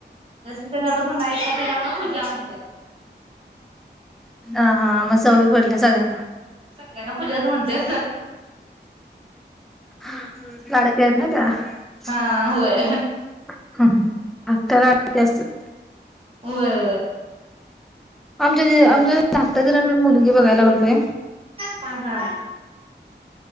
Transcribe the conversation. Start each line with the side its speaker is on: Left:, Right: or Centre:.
Right: त्याच्यामुळे पूजा म्हण
Centre: हा हा मग सवय पडली सगळ्यांना
Right: सगळ्यांना पूजाच म्हणते
Centre: <unintelligible> <unintelligible>
Right: हा होय
Centre: <unintelligible>
Right: होय
Centre: आमच्या <unintelligible> जर मुली ये बघायला <unintelligible> बोलूय
Right: ह हा